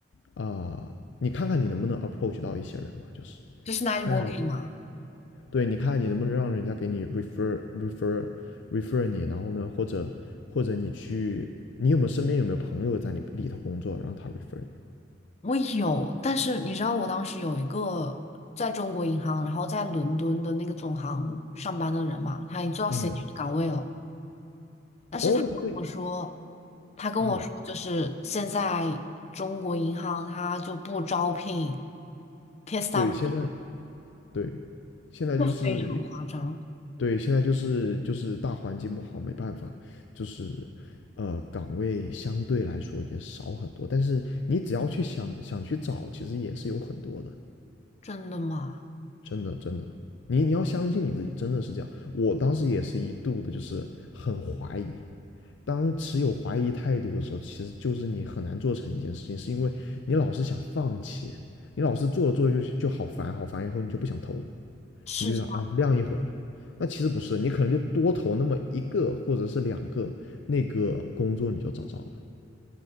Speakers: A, on the left (about 75°); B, on the left (about 35°).
A: 啊、呃你看看你能不能 approach 到一些人嘛，就是
B: 这是 n i
A: 看看人，
B: t working 吗？
A: 对，你看你能不能让人家给你 refer refer refer 你，然后呢，或者或者你去，你有没有身边有没有朋友在你里头工作，让他 refer 你？
B: 我有，但是你知道我当时有一个在中国银行，然后在伦敦的那个总行上班的人嘛，他已经做到
A: 嗯，
B: senior 岗位了。但是他跟我说，
A: 哦，他对，
B: 他跟我说，
A: 哦，
B: 就是现在中国银行他就不招聘 PSW，
A: 对，现在对，现在就是
B: 就非常夸张。
A: 对，现在就是就是大环境不好，没办法，就是呃岗位相对来说也少很多，但是你只要去想想去找，其实也是有很多的，
B: 真的吗？
A: 真的真的，你你要相信你自己，真的是这样。我当时也是一度的就是很怀疑，当持有怀疑态度的时候，其实就是你很难做成一件事情，是因为你老是想放弃，你老是做着做着就就好烦好烦，以后你就不想投了。
B: 是这
A: 你就想哎晾一会吧。那其实不是，你可能就多投那么一个或者是两个，那个工作你就找着了。